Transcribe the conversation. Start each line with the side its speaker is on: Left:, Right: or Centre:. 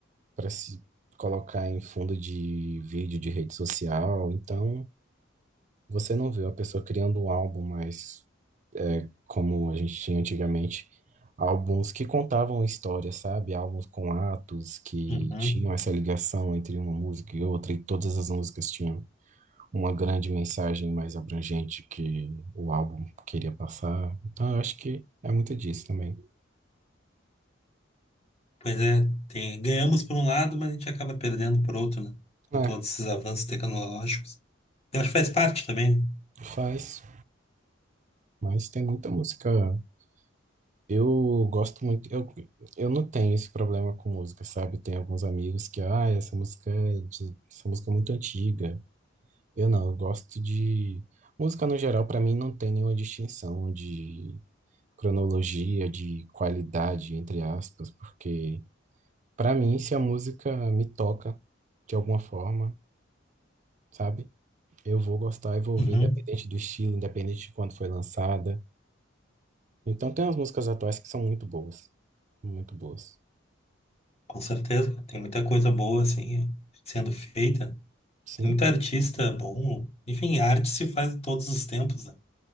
Right: para se colocar em fundo de vídeo de rede social. Então, você não vê a pessoa criando um álbum mais como a gente tinha antigamente, álbuns que contavam histórias, sabe? Álbuns com atos que
Left: Uhum.
Right: tinham essa ligação entre uma música e outra, e todas as músicas tinham uma grande mensagem mais abrangente que o álbum queria passar. Então, eu acho que é muito disso também.
Left: Pois é, tem- ganhamos por um lado, mas a gente acaba perdendo por outro, né? Com
Right: É,
Left: todos esses avanços tecnológicos. Eu acho que faz parte também.
Right: faz, mas tem muita música. Eu gosto muito, eu, eu não tenho esse problema com música, sabe? Tem alguns amigos que, ah, essa música é de, essa música é muito antiga. Eu não, eu gosto de música no geral, pra mim não tem nenhuma distinção de cronologia, de qualidade, entre aspas, porque pra mim se a música me toca de alguma forma, sabe? Eu vou gostar e vou
Left: né?
Right: ouvir
Left: Uhum.
Right: independente do estilo, independente de quando foi lançada. Então tem umas músicas atuais que são muito boas, muito boas.
Left: Com certeza, cara. tem muita coisa boa, assim, sendo feita.
Right: Sim,
Left: Tem muito artista bom. Enfim, a arte se faz em todos os tempos, né?